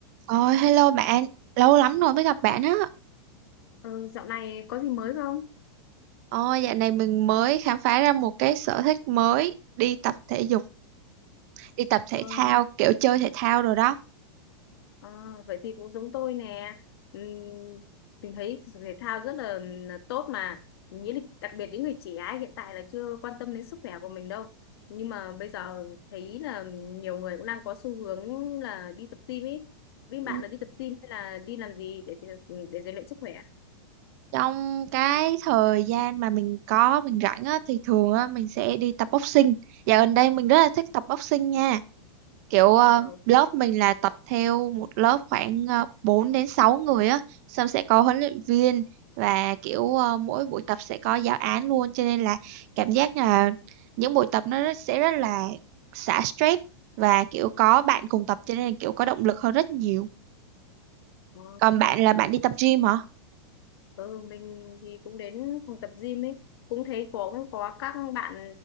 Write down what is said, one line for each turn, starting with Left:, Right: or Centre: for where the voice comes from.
Right: Ôi, hello bạn, lâu lắm rồi mới gặp bạn á.
Left: Ờ, dạo này có gì mới không?
Right: Ôi, dạo này mình mới khám phá ra một cái sở thích mới, đi tập thể dục, đi tập thể
Left: Ờ,
Right: thao, kiểu chơi thể thao rồi đó.
Left: ờ, vậy thì cũng giống tôi nè. Ừm, mình thấy thể thao rất là, là tốt mà. Mình nghĩ là đặc biệt những người trẻ ấy, hiện tại là chưa quan tâm đến sức khỏe của mình đâu. Nhưng mà bây giờ thấy là nhiều người cũng đang có xu hướng là đi tập gym ấy. Bên
Right: Ừ,
Left: bạn là đi tập gym hay là đi làm gì để để rèn luyện sức khỏe?
Right: Trong cái thời gian mà mình có, mình rảnh á, thì thường á, mình sẽ đi tập boxing. Dạo gần đây mình rất là thích tập boxing nha. kiểu ờ,
Left: Ờ,
Right: lớp mình là tập theo một lớp khoảng uh, 4 đến 6 người á xong sẽ có huấn luyện viên và kiểu ờ, mỗi buổi tập sẽ có giáo án luôn cho nên là cảm giác là những buổi tập nó rất- sẽ rất là xả stress và kiểu có bạn cùng tập cho nên là kiểu có động lực hơn rất nhiều
Left: ờ.
Right: còn bạn là bạn đi tập gym hả
Left: Ừ, mình thì cũng đến phòng tập gym ấy cũng thấy có có các bạn